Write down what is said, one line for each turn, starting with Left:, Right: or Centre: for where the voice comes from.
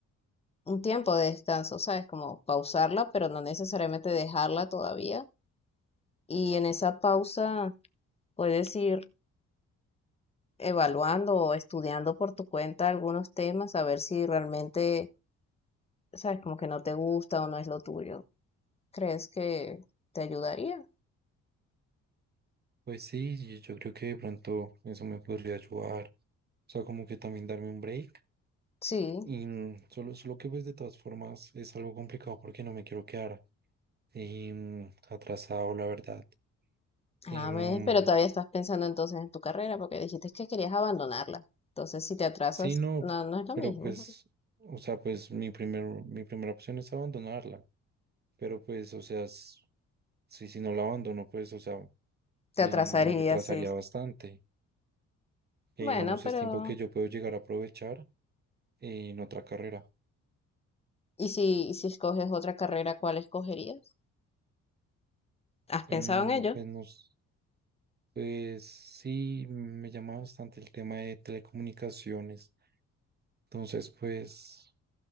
Left: un tiempo de descanso, ¿sabes? Como pausarla, pero no necesariamente dejarla todavía. Y en esa pausa puedes ir evaluando o estudiando por tu cuenta algunos temas, a ver si realmente, sabes, como que no te gusta o no es lo tuyo. ¿Crees que te ayudaría?
Right: Pues sí, yo yo creo que de pronto eso me podría ayudar. O sea, como que también darme un break.
Left: Sí.
Right: Y mm, solo, solo que pues de todas formas es algo complicado porque no me quiero quedar em, atrasado, la verdad. Em,
Left: A ver, pero todavía estás pensando entonces en tu carrera porque dijiste que querías abandonarla. Entonces, si te atrasas,
Right: Sí, no,
Left: no, no es lo
Right: pero
Left: mismo.
Right: pues, o sea, pues mi primer, mi primera opción es abandonarla, pero pues, o sea, s- si, si no la abandono, pues, o sea,
Left: Te
Right: me,
Left: atrasaría,
Right: a- me retrasaría
Left: sí.
Right: bastante. Que
Left: Bueno,
Right: digamos,
Left: pero
Right: es tiempo que yo puedo llegar a aprovechar en otra carrera.
Left: ¿y si, y si escoges otra carrera, cuál escogerías? ¿Has pensado
Right: Em,
Left: en ello?
Right: pues, no s- pues sí, me llama bastante el tema de telecomunicaciones. Entonces, pues,